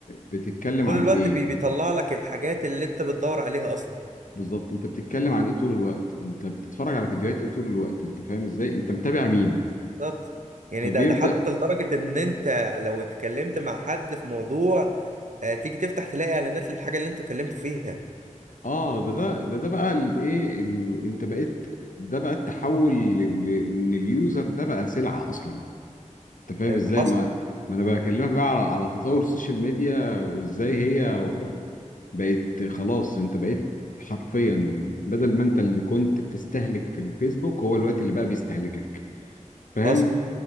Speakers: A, on the left; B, on the right.
A: بتتكلم
B: طول
A: عن
B: الوقت
A: ايه
B: بي... بيطلع لك الحاجات اللي انت بتدور عليها اصلا
A: بالظبط انت بتتكلم عن ايه طول الوقت انت بتتفرج على فيديوهات ايه طول الوقت انت فاهم ازاي انت متابع مين
B: بالظبط يعني
A: فبيبدأ
B: ده ده حتى لدرجة ان انت لو اتكلمت مع حد في موضوع آه، تيجي تفتح تلاقي اعلانات للحاجة اللي انتوا اتكلمتوا فيها
A: اه ده ده ده ده بقى الايه ال- انت بقيت ده بقى التحول ل- ل- ان اليوزر ده بقى سلعة اصلا انت فاهم
B: آه،
A: ازاي
B: حصل
A: ما ما انا بكلمك بقى على على تطور السوشيال ميديا وازاي هي بقت خلاص انت بقيت حرفيا بدل ما انت اللي كنت بتستهلك في الفيسبوك هو الوقت اللي بقى بيستهلكك فاهم
B: حصل